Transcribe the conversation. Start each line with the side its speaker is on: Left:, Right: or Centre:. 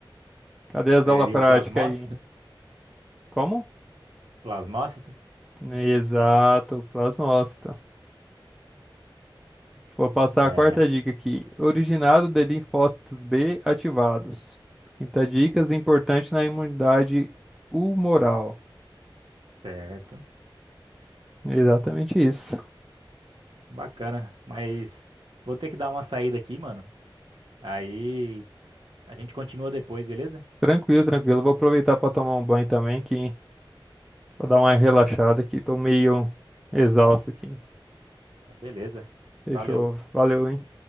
Centre: Cadê as
Right: Seria
Centre: aulas práticas
Right: o plasmócito?
Centre: aí? Como?
Right: Plasmócito?
Centre: Exato, plasmócito. Vou passar
Right: É,
Centre: a quarta dica aqui. Originado de linfócitos B ativados. Quinta dica, importante na imunidade humoral.
Right: certo.
Centre: Exatamente isso.
Right: Bacana. Mas vou ter que dar uma saída aqui, mano. Aí a gente continua depois, beleza?
Centre: Tranquilo, tranquilo. Vou aproveitar para tomar um banho também, que vou dar uma relaxada aqui. Tô meio exausto aqui.
Right: Beleza.
Centre: Fechou.
Right: Valeu.
Centre: Valeu, hein?